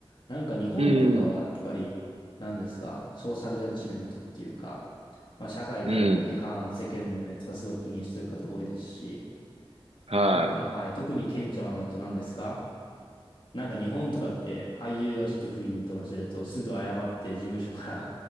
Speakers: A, on the left (about 55°); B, on the right (about 75°).
A: なんか日本とかはやっぱり、
B: うん。
A: なんですか、ソーシャルジャッジメントっていうか、まあ社会からの批判、
B: うん。
A: 世間の目とかすごい気にしてる方多いですし、
B: はい。
A: なんかはい、特に顕著なのだと何ですかなんか日本とかって俳優がちょっと不倫とかするとすぐ謝って事務所か